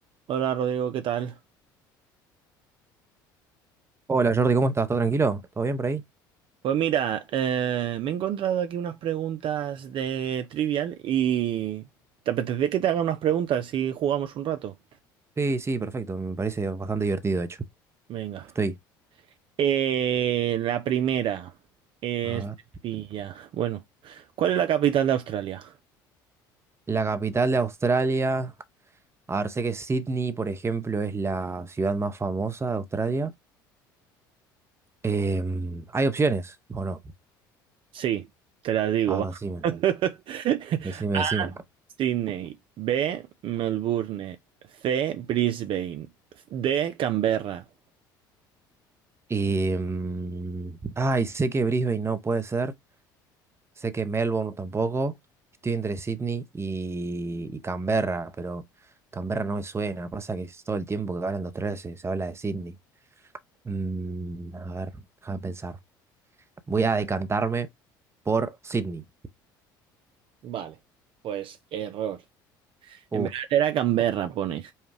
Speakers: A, on the right; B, on the right.
A: Hola Rodrigo, ¿qué tal?
B: Hola Jordi, ¿cómo estás? ¿Todo tranquilo? ¿Todo bien por ahí?
A: Pues mira, eh, me he encontrado aquí unas preguntas de Trivial y ¿te apetece que te haga unas preguntas si jugamos un rato?
B: Sí, sí, perfecto. Me parece bastante divertido, de hecho.
A: Venga.
B: Estoy.
A: Eh, la primera es
B: A ver.
A: sencilla. Bueno, ¿cuál es la capital de Australia?
B: La capital de Australia. A ver, sé que Sydney, por ejemplo, es la ciudad más famosa de Australia. Em, ¿hay opciones o no?
A: Sí, te las digo,
B: Ahora
A: va.
B: decime,
A: <laughs>
B: decime,
A: A,
B: decime.
A: Sydney. B, Melbourne. C, Brisbane. D, Canberra.
B: Y, em, ay, sé que Brisbane no puede ser. Sé que Melbourne tampoco. Estoy entre Sydney y, y Canberra, pero Canberra no me suena. Pasa que es todo el tiempo que hablan de Australia se se habla de Sydney. Mm, a ver, déjame pensar. Voy a decantarme por Sydney.
A: Vale, pues error.
B: Uf,
A: En verdad era Canberra, pone.